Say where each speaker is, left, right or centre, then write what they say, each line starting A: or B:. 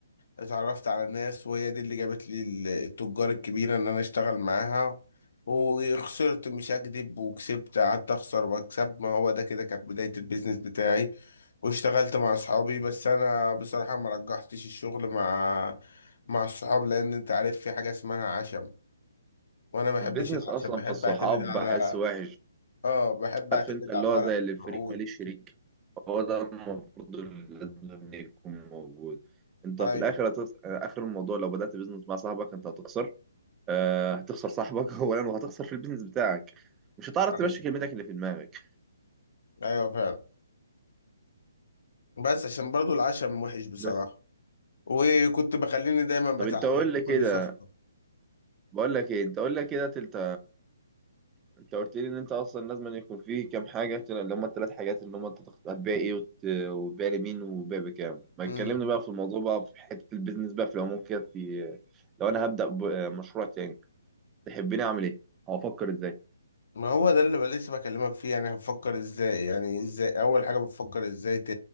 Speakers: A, on the left; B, on the right.
A: اتعرفت على ناس وهي دي اللي جابت لي ال- التجار الكبيرة ان انا اشتغل معاها وخسرت مش هكدب وكسبت قعدت اخسر واكسب ما هو ده كده كانت بداية البيزنس بتاعي واشتغلت مع اصحابي بس انا بصراحة ما رجحتش الشغل مع مع الصحاب لان انت عارف في حاجة اسمها عشم وانا ما بحبش
B: البيزنس
A: العشم
B: اصلا
A: بحب
B: في الصحاب
A: اعتمد على
B: بحس وحش
A: اه بحب
B: عارف
A: اعتمد
B: انت اللي
A: على الورق
B: هو زي اللي الفريق
A: موجود
B: ماليش شريك هو ده المفروض اللي لازم يكون موجود انت في
A: ايوه
B: الاخر هتخ... اخر الموضوع لو بدأت بيزنس مع صاحبك انت هتخسر آه هتخسر صاحبك <laughs> اولا وهتخسر في البيزنس بتاعك مش هتعرف
A: ايوه
B: تمشي كلمتك اللي في دماغك
A: ايوه فعلا بس عشان برضو العشم وحش بصراحة
B: بس
A: وكنت بخليني دايما بتعلم
B: طب انت قول لي كده
A: كل صفحة
B: بقول لك ايه انت قول لي كده انت انت قلت لي ان انت اصلا لازم أن يكون فيه كام حاجه تل- اللي هم الثلاث حاجات اللي هم انت تخت- هتبيع ايه وت- وتبيع لمين وبيع بكام ما
A: امم
B: تكلمني بقى في الموضوع بقى في حته البيزنس بقى في العموم كده في- لو انا هبدا بمشروع تاني تحبني اعمل ايه او افكر ازاي
A: ما هو ده اللي بقى لسه بكلمك فيه يعني هنفكر ازاي يعني ازاي اول حاجة بتفكر ازاي ت...